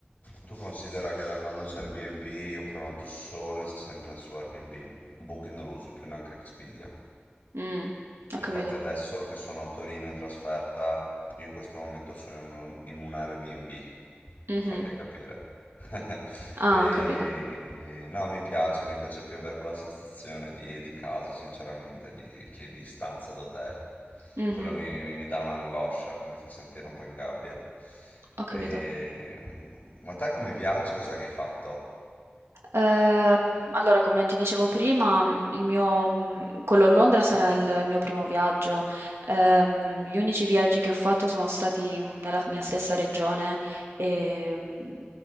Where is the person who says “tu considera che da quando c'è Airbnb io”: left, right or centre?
Left